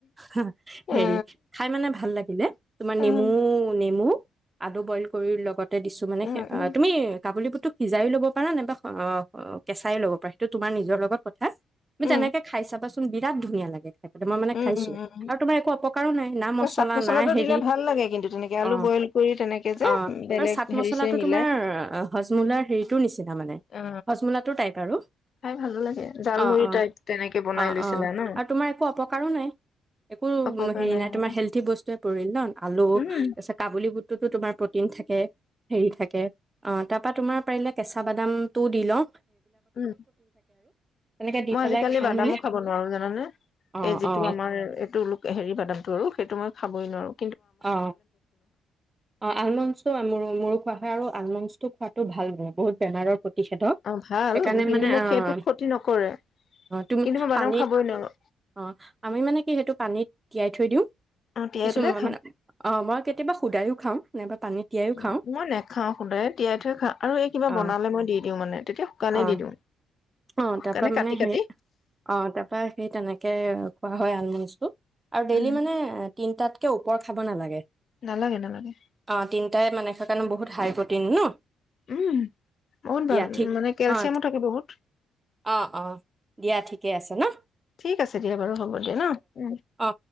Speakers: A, on the right; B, on the left.
A: হু হা
B: উম
A: হেৰি খাই মানে ভাল লাগিলে তোমাৰ
B: উম উম
A: নেমু নেমু আলু বইল কৰি লগত দিছো মানে
B: উম উম
A: তুমি কাবুলী বুট বুটতো সিজাইও লব পাৰা নাইবা অ কেঁচাইও ল'ব পাৰা সেইটো তোমাৰ নিজৰ লগত কথা তুমি
B: উম
A: তেনেকে খাই চাবা বিৰাট ধুনীয়া লাগে খাই মই মানে
B: উম
A: খাইছো
B: উম উম
A: আৰু তোমাৰ একো অপকাৰো নাই না মছলা
B: চাট মছলাটো
A: না হেৰি
B: দিলে ভাল লাগে কিন্তু তেনেকে আলু
A: অ
B: বইল কৰি তেনেকে যে
A: অ
B: বেলেগ
A: আৰু চাট
B: হেৰি
A: মছলাটো
B: চেৰি মিলাই
A: তোমাৰ হজমলাৰ হেৰিটোৰ নিচিনা মানে
B: অ
A: হজমলা টো টাইপ আৰু
B: খাই ভালো লাগে জালমুড়ি
A: অ অ
B: টাইপ তেনেকে বনাই
A: অ
B: লৈছিলা
A: অ
B: ন
A: আৰু তোমাৰ একো অপকাৰো নাই একো হেৰি
B: অপকাৰ
A: নাই তোমাৰ
B: অ
A: হেল্থি বস্তুে পৰিল ন আলু
B: উম
A: তাৰপিছত কাবুলী বুট তোমাৰ প্ৰটিন থাকে হেৰি থাকে অ তাপা তোমাৰ কেঁচা বাদাম টো দি লও
B: উম
A: তেনেকে দি
B: মই
A: পেলাই
B: আজিকালি
A: খাওঁ
B: বাদামো
A: মানে
B: খাব নোৱাৰো জানানে
A: অ
B: এই যিটো
A: অ
B: আমাৰ এইটো হেৰি বাদানটো আৰু সেইটো মই খাবই নোৱাৰোঁ
A: অ অ আলম চো ম মোৰ খোৱাহে আৰু আলমণ্ড টো খোৱাো ভাল নহ বহুত বেনাৰৰ প্ৰতি <unintelligible> স মান
B: অ ভাল কিন্তু মোক সেইটো ক্ষতি নকৰে
A: ত
B: কিন্তু মই বাদাম
A: প
B: খাবই নোৱাৰো
A: আমি মানে কি থৈ দিওঁ
B: আহ তিয়াই
A: কিছু
B: পেলাই খাাম
A: মানে অ মই কেতিয়াবা সুদায়ো খাম নাইবা পানীত তিয়াইও
B: উ
A: খাওঁ
B: মই নেখাও সুদায় তিয়াই থৈ খা আৰু এই কিবা
A: অ
B: বনালে মই দি দিওঁ মানে তেতিয়া শুকানে
A: অ
B: দি দিওঁ
A: অ
B: শুকানে
A: তাৰপা মানে
B: কাটি
A: সেই
B: কাটি
A: অ তাৰপা সেই তেনেকে খোৱা হয় আলমণ্ডছটো আৰু ডেইলি
B: উম
A: মানে তিনটাত ৰত খাব নালাগে
B: নালাগে নালাগে
A: অ তিনটাই মানে স কাৰণে বহুত হাই প্ৰটিন ন
B: উম বহুত
A: দিয়া
B: ভাল
A: ঠিক
B: মানে কেলচিয়ামো
A: অ
B: থাকে বহুত
A: অ অ দিয়া ঠিকে আছে না
B: ঠিক আছে দিয়া বাৰু হ'ব দিয়া ন উ
A: অ